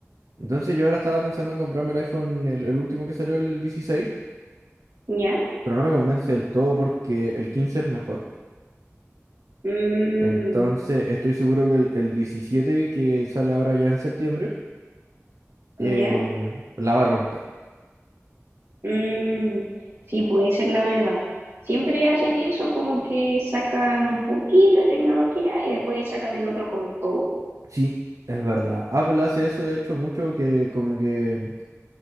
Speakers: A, on the right; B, on the right.
A: Entonces yo ahora estaba pensando en comprarme el iPhone, el, el último que salió, el 16,
B: ¿Ya?
A: pero no me convence del todo porque el 15 es mejor.
B: Mm,
A: Entonces, estoy seguro que el, el 17 que sale ahora ya en septiembre, eh,
B: ¿ya?
A: la va a romper.
B: Mm, sí, puede ser la verdad. Siempre hacen eso, como que sacan un poquito de tecnología y después sacan el otro con todo.
A: Sí, es verdad. Apple hace eso, de hecho, mucho que como que